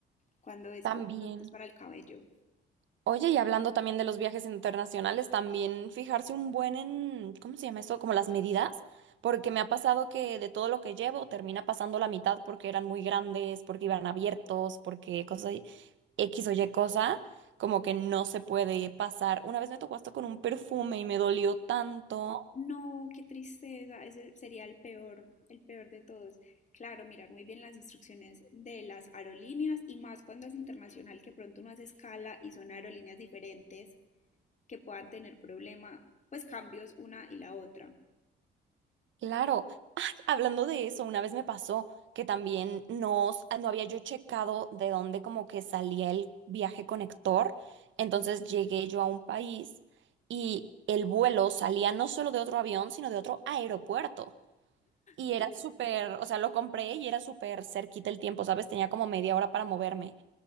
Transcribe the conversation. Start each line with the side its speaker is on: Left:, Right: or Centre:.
Left: cuando es
Right: También.
Left: con productos para el cabello.
Right: Oye, y hablando también de los viajes internacionales, también fijarse un buen en, ¿cómo se llama eso? Como las medidas, porque me ha pasado que de todo lo que llevo termina pasando la mitad porque eran muy grandes, porque iban abiertos, porque cosa, X o Y cosa, como que no se puede pasar. Una vez me tocó hasta con un perfume y me dolió tanto.
Left: No, qué tristeza, ese sería el peor, el peor de todos. Claro, mirar muy bien las instrucciones de las aerolíneas y más cuando es internacional, que pronto uno hace escala y son aerolíneas diferentes que puedan tener problema, pues cambios una y la otra.
Right: Claro, Hablando de eso, una vez me pasó que también nos- no, había yo checado de dónde como que salía el viaje conector. Entonces llegué yo a un país y el vuelo salía no solo de otro avión, sino de otro aeropuerto. Y
Left: De
Right: era
Left: ver-
Right: súper, o sea, lo compré y era súper cerquita el tiempo, ¿sabes? Tenía como media hora para moverme.